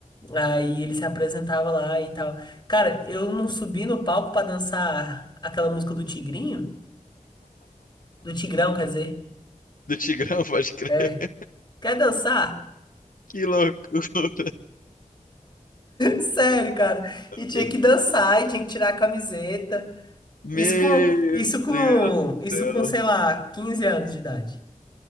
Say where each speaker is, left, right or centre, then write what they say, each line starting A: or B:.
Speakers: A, on the left; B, on the left.
A: Aí ele se apresentava lá e tal. Cara, eu não subi no palco pra dançar aquela música do Tigrinho, do Tigrão, quer dizer.
B: Do Tigrão, <laughs> pode crer.
A: É. Quer dançar?
B: Que loucura.
A: Sério, cara. E tinha
B: velho.
A: que dançar, e tinha que tirar a camiseta.
B: Meu
A: Isso com, isso com,
B: Deus do
A: isso
B: céu.
A: com, sei lá, 15 anos de idade.